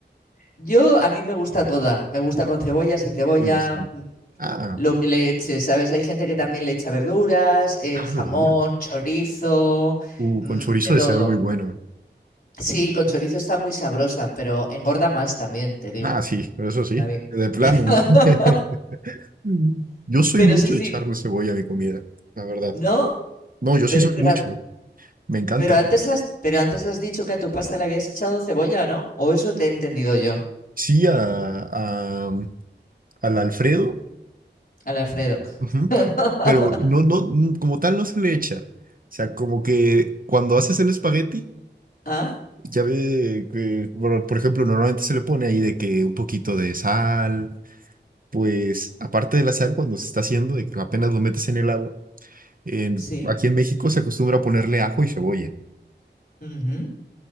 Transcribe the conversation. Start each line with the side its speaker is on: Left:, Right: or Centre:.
Left: Yo, a mí me gusta toda, me gusta con cebolla, sin cebolla,
Right: Uh, sí.
Left: mm,
Right: Ah,
Left: lo que le eche, ¿sabes? Hay gente que también le echa verduras, eh,
Right: ah,
Left: jamón,
Right: verduras.
Left: chorizo,
Right: Uh,
Left: mm,
Right: con chorizo
Left: de todo.
Right: de saber muy bueno.
Left: Sí, con chorizo está muy sabrosa, pero engorda más también, te digo,
Right: Ah, sí, eso sí,
Left: David.
Right: de plano.
Left: <laughs>
Right: <laughs> Mm. Yo soy
Left: Pero
Right: mucho
Left: sí, sí,
Right: de echarle cebolla a mi comida, la verdad.
Left: ¿no?
Right: No, yo
Left: Pero,
Right: sí soy
Left: pero
Right: mucho, me encanta.
Left: Pero antes has, pero antes has dicho que a tu pasta le habías echado cebolla, ¿no? O eso te he entendido yo,
Right: Sí, a, a- al Alfredo,
Left: al Alfredo.
Right: ujú,
Left: <laughs>
Right: pero no, no, mm, como tal no se le echa. O sea, como que cuando haces el espagueti,
Left: Ah,
Right: ya ve que, por, por ejemplo, normalmente se le pone ahí de que un poquito de sal, pues aparte del sal, cuando se está haciendo, de que apenas lo metes en el agua, en-
Left: sí.
Right: aquí en México se acostumbra a ponerle ajo y cebolla.
Left: Ujú.